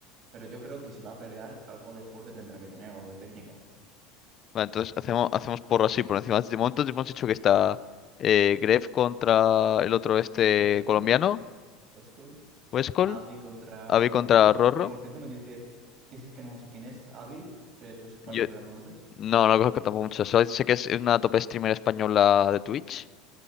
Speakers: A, on the right (about 40°); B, on the left (about 30°).
A: Pero yo creo que si va a pelear, algo de fuerte tendrá que tener, algo de técnica.
B: Vale, entonces
A: Sin
B: hacemos, hacemos porro así por encima. De momento hemos dicho que está eh, Gref contra el otro este
A: Westcall,
B: colombiano,
A: Westcall,
B: Westcol,
A: Abby contra
B: Avi
A: Rorgu.
B: contra Rorro.
A: Que por cierto me tienes que decir que es que no sé quién es, Abby, que tú parece
B: Yo
A: que la conoces.
B: no, no conozco tampoco mucho. Solo sé que es una top streamer española de Twitch.